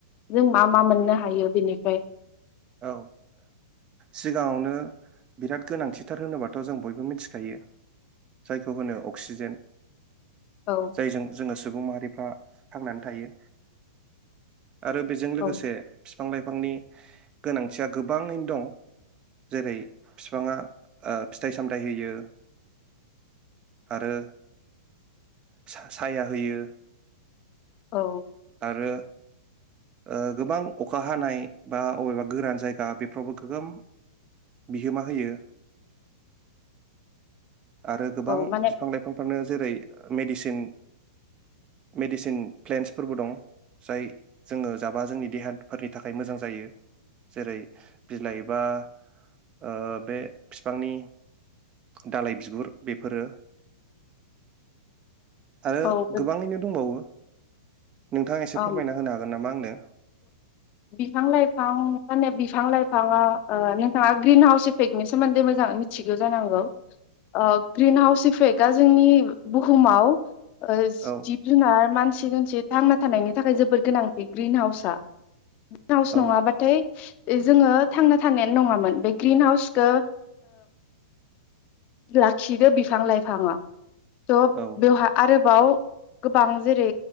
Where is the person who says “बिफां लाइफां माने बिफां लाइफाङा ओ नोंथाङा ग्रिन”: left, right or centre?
Left